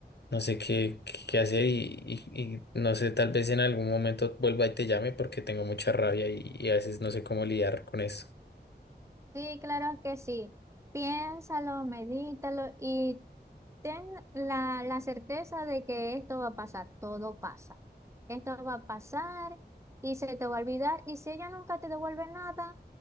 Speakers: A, on the left; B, on the right.
A: no sé qué, qué hacer y, y- y no sé, tal vez en algún momento vuelva y te llame porque tengo mucha rabia y, y a veces no sé cómo lidiar con eso.
B: Sí, claro que sí. Piénsalo, medítalo y ten la, la certeza de que esto va a pasar, todo pasa. Esto va a pasar y se te va a olvidar. Y si ella nunca te devuelve nada,